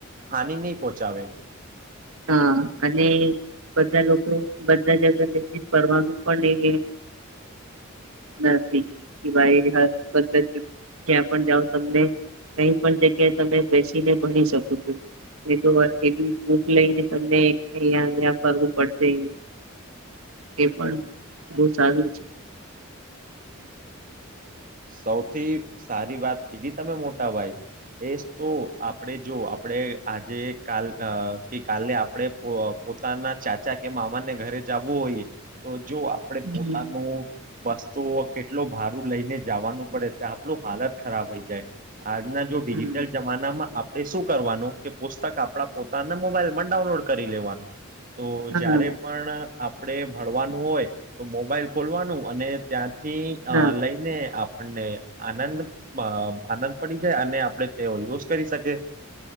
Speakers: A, on the right (about 40°); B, on the right (about 80°).
A: હાનિ નહી પહોંચાવે
B: હા અને બધા લોકો બધા જગ્યા લઈને ફરવાનું પણ એ નથી કે ભાઈ જ્યાં પણ જાઓ તમને કઈ પણ જગ્યાએ તમે બેસીને ભણી શકો છો એ તો એવી. લઈને તમને અહ અહ ફરવું પડશે એ પણ બહ સારું છેડમ.
A: સૌથી સારી વાત કીધી તમે મોટા ભાઈ એ તો આપણેે જો આપણે આજે કાલ કે કાલે આપણે પોતાના ચાચા કે મામાને ઘરે જવું હોઈએ તો. જો આપડે પોતાનું.
B: હમ
A: વસ્તુ કેટલો ભારું લઈને. જવાનું પડે તો આપલું હાલત ખરાબ હોઈ જાય. આજના જો ડિજિટલ
B: હમ
A: જમાનામાં. એ શું કરવાનું કે પુસ્તક આપણા પોતાના મોબાઈલમાં ડાઉનલોડ કરી લેવાનું. તો
B: હા
A: જારે પણ. આપણે ભણવાનું હોય તો મોબાઈલ ખોલવાનું અને ત્યાં થી
B: હા
A: અ લઈને. આપણને આનંદ અ આનંદ પડી જાય અને આપણે તે યુઝ કરી શકીએ.